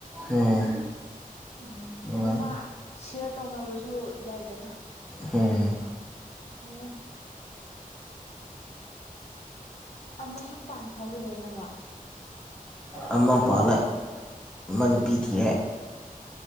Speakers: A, in the centre; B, on the left.
A: ꯎꯝ
B: ꯎꯝ
A: ꯅꯨꯡꯉꯥꯏ
B: ꯑꯗꯣ ꯃꯥ ꯁꯤꯌꯥꯔ ꯇꯧꯅꯕꯁꯨ ꯌꯥꯏꯗꯅ
A: ꯑꯣ
B: ꯑꯣ ꯃꯌꯨꯝ ꯄꯥꯟꯈ꯭ꯔꯕ ꯂꯣꯏꯅꯃꯛ
A: ꯑꯝꯃꯥ ꯄꯥꯜꯂꯦ ꯑꯃ ꯅꯨꯄꯤ ꯊꯤꯔꯦ